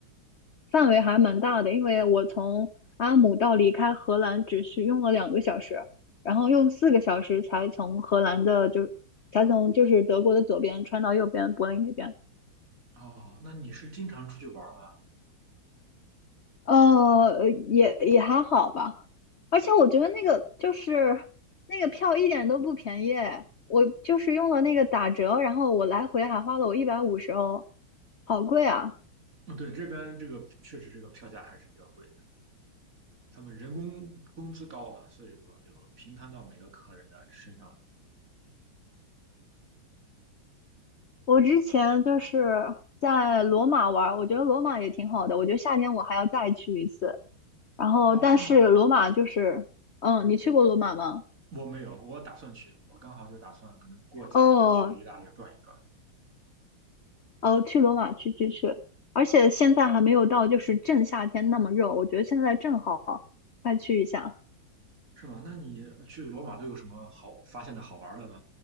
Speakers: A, on the left (about 50°); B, on the right (about 40°).
A: 范围还蛮大的，因为我从阿姆到离开荷兰只需用了两个小时，然后用四个小时才从荷兰的就才从就是德国的左边穿到右边柏林那边。
B: 哦，那你是经常出去玩吗？
A: 呃，也也还好吧，而且我觉得那个就是那个票一点都不便宜，我就是用了那个打折，然后我来回还花了我一百五十欧，好贵啊！
B: 嗯，对，这边这个确实这个票价还是比较贵的，他们人工工资高嘛，所以说就平摊到每个客人的身上了。
A: 我之前就是在罗马玩儿，我觉得罗马也挺好的，我觉得夏天我还要再去一次。然后，
B: 哦，
A: 但是罗马就是，
B: 是吗？
A: 嗯，你去过罗马吗？
B: 我没有，我打算去，我刚好就打算可能过几天就去意大利转一转，
A: 哦，哦，去罗马去去去，而且现在还没有到就是正夏天那么热，我觉得现在正好，快去一下。
B: 是吗？那你去罗马都有什么好发现的好玩的吗？